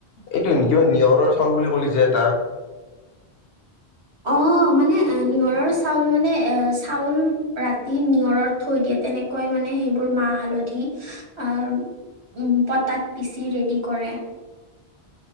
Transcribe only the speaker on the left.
এইটো নিজৰ নিয়ৰৰ চাউল বুলি ক'লি যে এটা